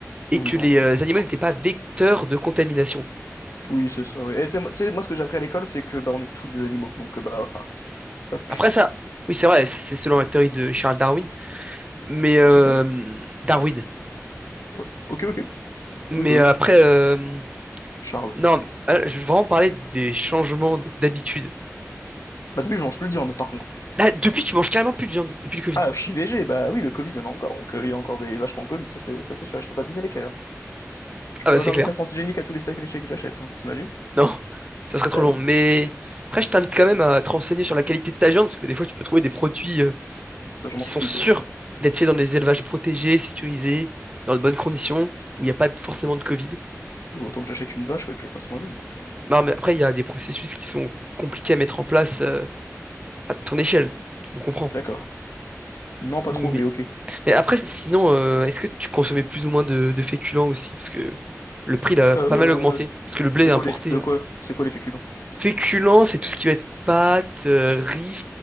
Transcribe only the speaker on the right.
et
que
les
euh,
animaux
n'étaient pas vecteurs de contamination.
Après ça, oui, c'est vrai, c'est selon la théorie de Charles Darwin, mais euh,
Darwin.
Mais
euh, après, euh,
non, euh, je veux vraiment parler des changements d- d'habitude.
Là, depuis, tu manges carrément plus de viande, depuis le Covid.
Ah
bah
c'est
clair.
Non, ça serait trop
long.
Mais après, je t'invite quand même à te renseigner sur la qualité de ta viande, parce que des fois, tu peux trouver des produits euh,
qui
sont
sûrs
d'être faits dans des élevages protégés, sécurisés, dans de bonnes conditions, où il n'y a pas de- forcément de Covid.
Non, mais après, il y a des processus qui sont compliqués à mettre en place euh, à ton échelle. Tu me comprends.
Mais,
mais après, sinon, euh, est-ce que tu consommais plus ou moins de, de féculents aussi? Parce que le prix, il a pas
mal augmenté, parce que le blé
est importé.
hein.
Féculents, c'est tout ce qui va être pâtes, euh, riz,